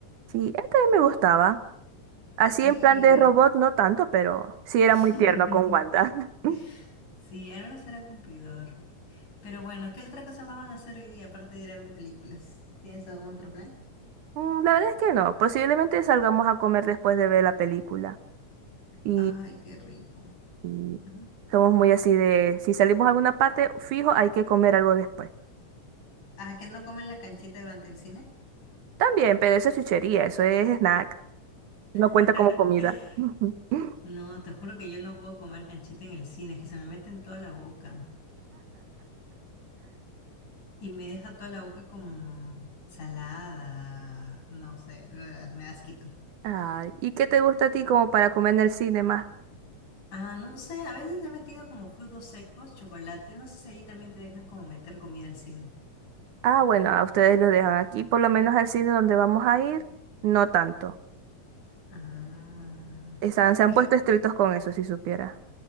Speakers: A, on the right; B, on the left.
A: Sí, esta también me gustaba. Así
B: Sí.
A: en plan de robot, no tanto, pero sí era
B: <laughs>
A: muy tierno con Wanda. <laughs>
B: Sí, ahora será cumplidor. Pero bueno, ¿qué otra cosa más van a hacer hoy día aparte de ir a ver películas? ¿Tienes algún otro plan?
A: Mm, La verdad es que no. Posiblemente salgamos a comer después de ver la película. Y,
B: Ay, qué rico.
A: y
B: Ujú.
A: somos muy así de, si salimos a alguna parte, fijo, hay que comer algo después.
B: Ah, ¿que no comen la canchita durante el cine?
A: También, pero eso es chuchería, eso es snack. No cuenta
B: <laughs>
A: como comida. <laughs>
B: No, te juro que yo no puedo comer canchita en el cine, es que se me mete en toda la boca y me deja toda la boca como salada, no sé, ugh, me da asquito.
A: Ay, ¿y qué te gusta a ti como para comer en el cine más?
B: Ah, no sé, a veces he metido como frutos secos, chocolate, no sé si ahí también te dejan como meter comida al cine.
A: Ah, bueno, a ustedes los dejan aquí, por lo menos al cine donde vamos a ir, no tanto.
B: Ah,
A: Están, se han
B: es
A: puesto
B: que,
A: estrictos con eso, si supiera.